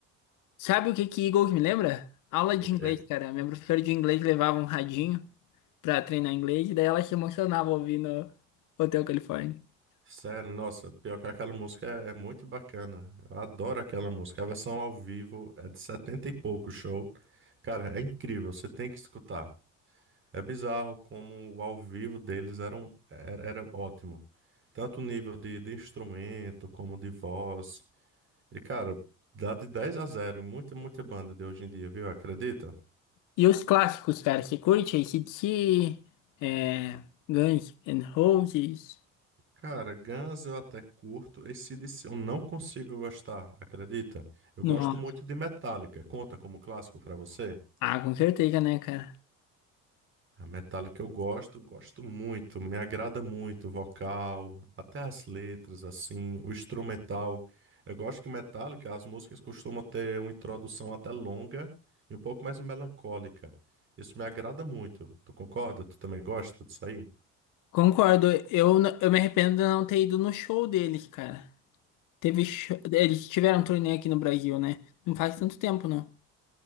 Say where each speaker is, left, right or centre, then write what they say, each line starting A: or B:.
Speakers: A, on the left (about 70°); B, on the right (about 40°).
A: Sabe o que que Eagles me lembra? Aula de
B: Ok.
A: inglês, cara. Minha professora de inglês levava um radinho pra treinar inglês, e daí ela se emocionava ouvindo Hotel California.
B: Sério, nossa, pior que aquela música é, é muito bacana. Eu adoro aquela música. A versão ao vivo é de 70 e pouco show. Cara, é incrível, você tem que escutar. É bizarro como o ao vivo deles era, um, era, era ótimo. Tanto o nível de, de instrumento como de voz. E, cara, dá de 10 a zero, em muita, muita banda de hoje em dia, viu? Acredita?
A: E os clássicos, cara, você curte AC/DC, é, Guns N' Roses?
B: Cara, Guns eu até curto. AC/DC eu não consigo gostar, acredita? Eu
A: Nossa.
B: gosto muito de Metallica. Conta como clássico pra você?
A: Ah, com certeza, né, cara?
B: A Metallica eu gosto, gosto muito, me agrada muito o vocal, até as letras, assim, o instrumental. Eu gosto que Metallica, as músicas costumam ter uma introdução até longa e um pouco mais melancólica. Isso me agrada muito. Tu concorda? Tu também gosta disso aí?
A: Concordo. Eu, n- eu me arrependo de não ter ido no show deles, cara. Teve. show- Eles tiveram um torneio aqui no Brasil, né? Não faz tanto tempo, não.